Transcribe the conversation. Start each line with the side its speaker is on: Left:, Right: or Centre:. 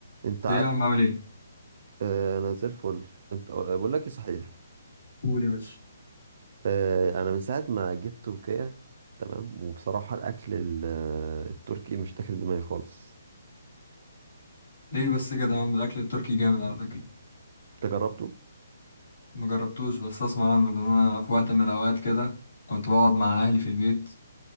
Right: انت عارف
Left: ايه يا عم عامل ايه؟
Right: آه، انا زي الفل انت آه، بقول لك ايه صحيح
Left: قول يا باشا
Right: آه، انا من ساعه ما جيت تركيا تمام وبصراحه الاكل ال- آه، التركي مش داخل دماغي خالص
Left: ليه بس كده يا عم الاكل التركي جامد على فكرة
Right: انت جربته
Left: مجربتوش بس اسمع عنه لان انا في وقت من الاوقات كده كنت بقعد مع اهلي في البيت